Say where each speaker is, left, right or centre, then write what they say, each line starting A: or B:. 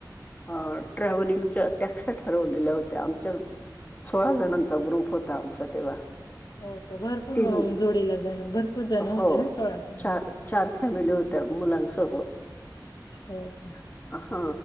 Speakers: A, on the left; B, on the left.
A: अ ट्रॅव्हलिंगच्या त्या कशा ठरवलेल्या होत्या आमच्या सोळा जणांचा ग्रुप होता आमचा तेव्हा.
B: हो का भरपूर
A: तीन
B: मंग जोडीला जणं भरपूर जण
A: हो
B: होते ना सोळा जण
A: चार
B: म्हण
A: चार फॅमिली होत्या मुलांसह
B: हो का-
A: हा